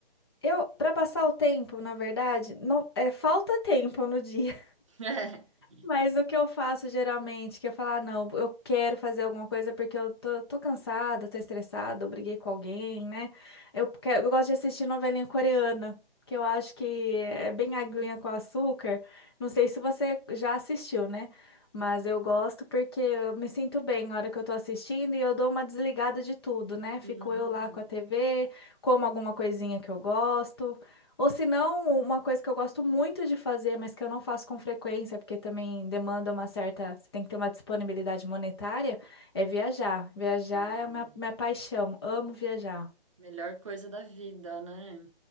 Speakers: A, on the left; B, on the right.
A: eu, para passar o tempo, na verdade, não, é, falta tempo no dia.
B: <laughs>
A: Mas o que eu faço geralmente, que eu falo, ah, não, eu quero fazer alguma coisa porque eu tô, tô cansada, tô estressada, eu briguei com alguém, né? Eu, que- eu gosto de assistir novelinha coreana, que eu acho que é bem aguinha com açúcar. Não sei se você já assistiu, né? Mas eu gosto porque eu me sinto bem na hora que eu tô assistindo e eu dou uma desligada de tudo, né? Fico
B: É. Uhum.
A: eu lá com a TV, como alguma coisinha que eu gosto. Ou se não, uma coisa que eu gosto muito de fazer, mas que eu não faço com frequência, porque também demanda uma certa, você tem que ter uma disponibilidade monetária, é viajar. Viajar
B: Ah,
A: é a minha, minha paixão. Amo viajar.
B: melhor coisa da vida, né?